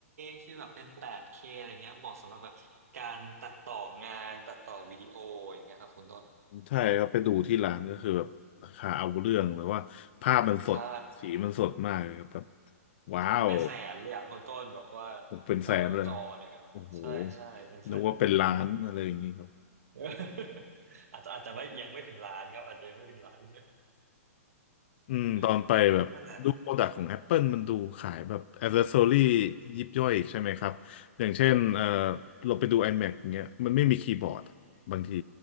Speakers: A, on the right; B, on the left.
A: ฟร์เคฟีลแบบเป็น 8K อะไรเงี้ยเหมาะสำหรับแบบการตัดต่องานตัดต่อวิดีโออย่างเงี้ยครับคุณต้น
B: ใช่ครับไปดูที่ร้านก็คือแบบราคาเอาเรื่องแล้วว่าภาพมันสดสีมันสดมากเลยครับแบบ
A: อืมใช่
B: ว้าว
A: ใช่เป็นแสนเลยอะคุณต้นแบบว่า
B: เป็นแสนเลย
A: เอ่อจอหนึ่งอะใช่ใช่เป็นแสนเลยอะ
B: โอ้โหนึกว่าเป็นล้านอะไรอย่างนี้ครับ
A: <laughs> เอออาจจะอาจจะไม่ยังไม่ถึงล้านครับอาจจะยังไม่ถึงล้าน
B: อืมตอนไปแบบดูโปรดักต์ของ
A: เออนั่นแหละ
B: Apple มันดูขายแบบ a c c e s s o r y ยิบย่อยอีกใช่ไหมครับอย่างเช่นเออเราไปดู iMac อย่างเงี้ยมันไม่มีคีย์บอร์ดอะบางที